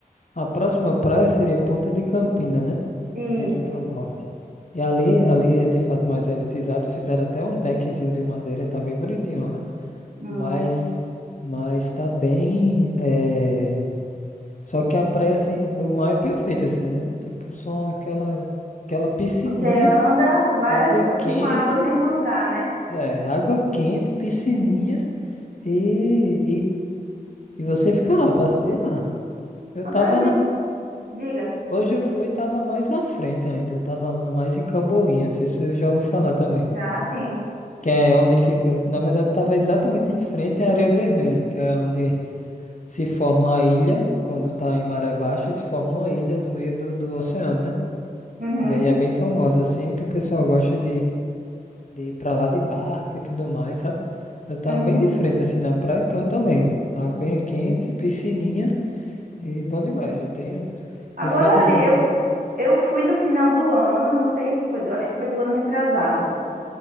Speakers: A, on the left; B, on the right.
A: A próxima praia seria Ponta de Campina, né?
B: Isso.
A: Indo pro norte. E ali, ali é de fato mais elitizado. Fizeram até um deckzinho de madeira, tá bem bonitinho lá.
B: Hum.
A: Mas, mas tá bem. é, só que a praia, assim, o mar é perfeito, assim, né? Tipo, só aquela, aquela piscininha,
B: Você anda várias,
A: água
B: assim,
A: quente,
B: com a água no mesmo lugar, né?
A: é, água quente, piscininha e, e, e você fica lá, passa o dia lá. Eu
B: Agora,
A: tava
B: vê
A: na.
B: se... Diga.
A: Hoje eu fui, tava mais na frente ainda, eu tava na- mais em Camboinha, não sei se eu já ouvi falar também.
B: Já, sim.
A: Que é onde fica, na verdade, eu tava exatamente em frente à Areia Vermelha, que é onde se forma a ilha, quando tá em maré baixa, se forma uma ilha no meio do, do oceano, né?
B: Uhum,
A: E aí é bem famosa, assim, que o pessoal gosta de, de ir pra lá de barco e tudo mais, sabe? Eu tava
B: uhum.
A: bem de frente, assim, na praia, então também. Aguinha quente, piscininha e bom demais. Eu tenho,
B: Agora,
A: de fato, assim.
B: olha, eu, fu- eu fui no final do ano, não sei se foi, do- acho que foi do ano retrasado.